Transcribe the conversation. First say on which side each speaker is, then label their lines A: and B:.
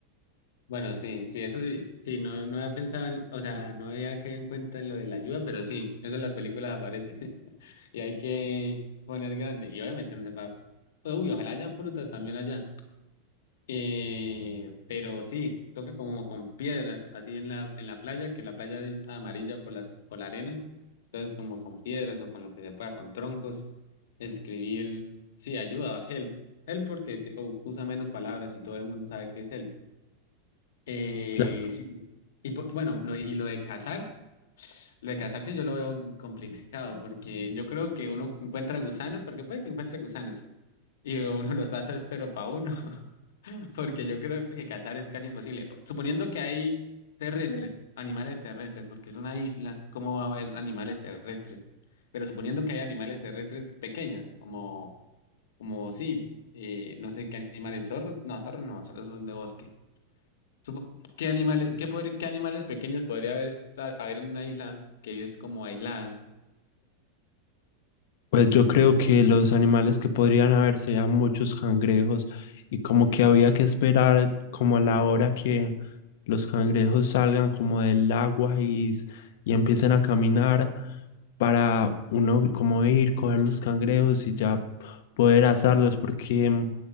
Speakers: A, on the left; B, on the left.
A: Bueno, sí, sí, eso sí, sí, no, no había pensado en, o sea, no había caído en cuenta en lo de la ayuda, pero sí, eso en las películas aparece <laughs> y hay que poner grande y obviamente no se va, uy, ojalá hayan frutas también allá. Eh, pero sí, toca como con piedras, así en la, en la playa, que la playa es amarilla por las, por la arena. Entonces, como con piedras o con lo que se pueda, con troncos, escribir, sí, ayuda, help. Help porque te- o usa menos palabras y todo el mundo sabe que es help. Eh,
B: Claro.
A: sí. Y po- bueno, lo, y lo de cazar, lo de cazar sí yo lo veo complicado porque yo creo que uno encuentra gusanos, porque puede que encuentre gusanos y uno los hace, es pero para uno. <laughs> Porque yo creo que cazar es casi imposible. Po- Suponiendo que hay terrestres, animales terrestres, porque es una isla, ¿cómo va a haber animales terrestres? Pero suponiendo que hay animales terrestres pequeños, como, como sí, eh, no sé qué animales, zorros, no, zorros no, zorros son de bosque. Supo- ¿Qué animales, qué, podri- qué animales pequeños podría haber, estar, haber en una isla que es como aislada?
B: Pues yo creo que los animales que podrían haber serían muchos cangrejos y como que había que esperar como a la hora que los cangrejos salgan como del agua y, s- y empiecen a caminar para uno como ir, coger los cangrejos y ya poder asarlos, porque mm,